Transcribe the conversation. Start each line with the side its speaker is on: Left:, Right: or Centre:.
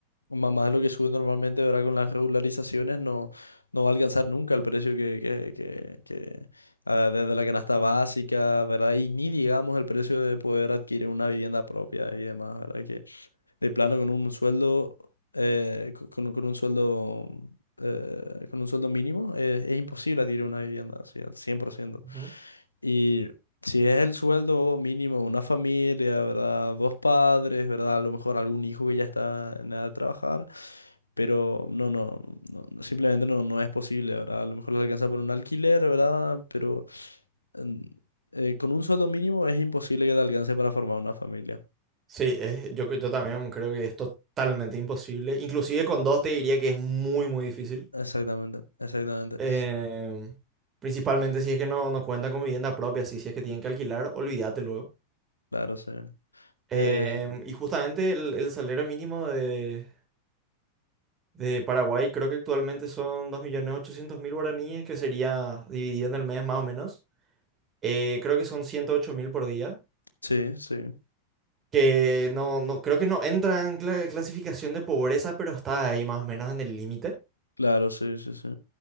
Left: a más de lo que sube normalmente, ¿verdad? Con las regularizaciones no, no va a alcanzar nunca el precio que, que, que, que, ah, desde la canasta básica, ¿verdad? Y ni digamos el precio de poder adquirir una vivienda propia y demás, ¿verdad? que de plano con un sueldo, eh, co- con, un con un sueldo, eh, con un sueldo mínimo, eh, es imposible adquirir una vivienda, así, al cien por ciento
Right: Ujú.
Left: Y si es el sueldo mínimo de una familia, ¿verdad? Dos padres, ¿verdad? A lo mejor algún hijo que ya está en edad de trabajar, pero no, no, no, no, simplemente no, no es posible, ¿verdad? A lo mejor le alcanza por un alquiler, ¿verdad? Pero mm, eh, con un sueldo mínimo es imposible que te alcance para formar una familia.
Right: Sí, es- yo, yo también creo que es totalmente imposible. Inclusive con dos te diría que es muy, muy difícil.
Left: Exactamente, exactamente.
Right: Em, principalmente si es que no, no cuenta con vivienda propia, si, si es que tienen que alquilar, olvídate luego.
Left: Claro, sí. Eh,
Right: Em, y justamente el, el salario mínimo de, De Paraguay creo que actualmente son 2.800.000 guaraníes, que sería dividido en el mes más o menos. Eh, creo que son 108.000 por día,
Left: sí, sí.
Right: que no, no, creo que no entra en cla- clasificación de pobreza, pero está ahí más o menos en el límite.
Left: Claro, sí, sí, sí.